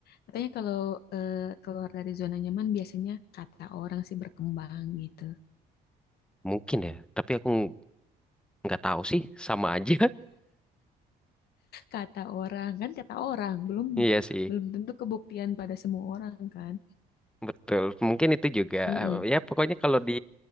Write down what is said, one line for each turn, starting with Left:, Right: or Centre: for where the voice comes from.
Left: katanya kalau eh, keluar dari zona nyaman biasanya kata orang sih berkembang gitu.
Centre: mungkin ya tapi aku ng- nggak tahu sih sama aja
Left: Kata orang kan kata orang
Centre: <laughs>
Left: belum
Centre: iya sih
Left: belum tentu kebuktian pada semua orang kan.
Centre: betul mungkin itu juga
Left: Heeh.
Centre: eh, ya pokoknya kalau di